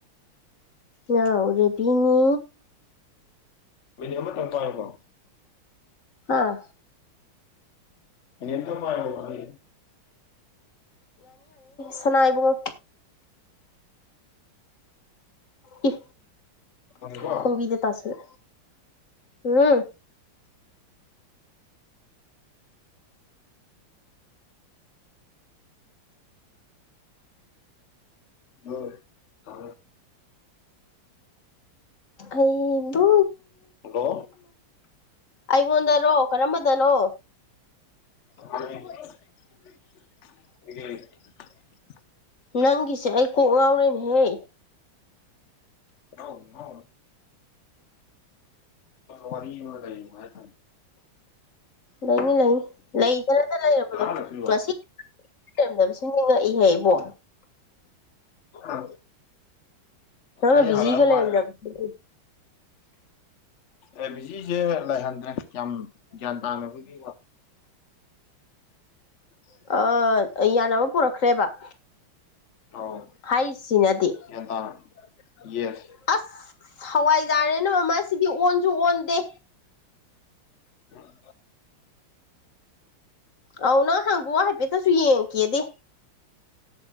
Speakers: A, on the left (about 40°); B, on the left (about 55°).
A: ꯌꯥꯅꯥꯎ ꯔꯦꯕꯤꯅꯤ
B: ꯃꯤꯅꯤꯃ ꯇꯄꯥꯃꯣ
A: ꯍꯥꯥ
B: ꯏꯇꯣ ꯃꯥꯔꯅꯤ
A: ꯁꯅꯥꯏꯕꯨꯡꯉꯣ ꯏ
B: ꯊꯝꯃꯦꯀꯣ
A: ꯈꯝꯕꯤꯗ ꯇꯥꯁꯂ ꯎꯝ
B: ꯍꯣꯏ ꯍ
A: ꯑꯩꯕꯨ
B: ꯍꯗꯣ
A: ꯑꯩꯉꯣꯟꯗꯅꯣ ꯀꯔꯝꯕꯗꯅꯣ
B: ꯎ
A: ꯅꯪꯒꯤꯁꯦ ꯑꯩ ꯀꯣꯛ ꯉꯥꯎꯔꯦꯅꯦꯍꯦ
B: ꯑꯥꯎ ꯍ ꯋꯥꯔꯤ ꯂꯩꯅꯨꯡ ꯌꯥ ꯊ
A: ꯂꯩꯅꯤ ꯂꯩꯅꯤ ꯂꯩꯗꯅꯇ ꯂꯩꯔꯕꯗꯣ
B: ꯗꯗꯥ ꯍꯜꯂꯛꯇ꯭ꯔꯤꯕꯣ
A: ꯃꯁꯤ ꯂꯩꯔꯝꯗꯕꯁꯤ ꯅꯤꯡꯉꯛꯏꯍꯦ ꯏꯕꯣ
B: ꯑ
A: ꯅꯪꯅ
B: ꯑꯩ
A: ꯕꯤꯖꯤꯒ
B: ꯍ
A: ꯂꯩꯔꯝꯗꯕꯁꯤ
B: ꯋꯥ ꯑꯦ ꯕꯤꯖꯤꯁꯦ ꯂꯩꯥꯏꯍꯟꯗ꯭ꯔꯦ ꯌꯥꯝꯌꯥꯝ ꯒ꯭ꯌꯥꯟ ꯇꯥꯅꯕꯒꯤ <unintelligible>
A: ꯑ ꯌꯥꯅꯕ ꯄꯨꯔꯛꯈ꯭ꯔꯦꯕ
B: ꯑꯧ
A: ꯍꯥꯏꯁꯤꯅꯗꯤ
B: ꯒ꯭ꯌꯥꯟ ꯇꯥꯅ ꯌꯦꯁ
A: ꯑꯁ ꯍꯋꯥꯏꯖꯥꯔꯦꯅ ꯃꯃꯥꯁꯤꯗꯤ ꯑꯣꯟꯁꯨ ꯑꯣꯟꯗꯦ
B: ꯎꯝ
A: ꯑ ꯅꯪ ꯍꯪꯕ ꯍꯥꯏꯐꯦꯠꯇꯁꯨ ꯌꯦꯡꯈꯤꯦꯗꯤ